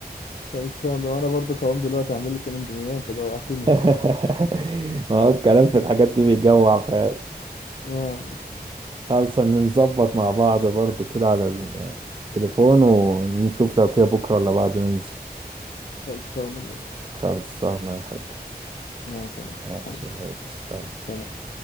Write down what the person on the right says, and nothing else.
<laughs> ما هو الكلام في الحاجات دي بيجوع فعلا
خلاص نظبط مع بعض برضو كده على التليفون ونشوف لو كده بكرة ولا بعد ننزل
خلصانة يا حب
ماشي
يا ريس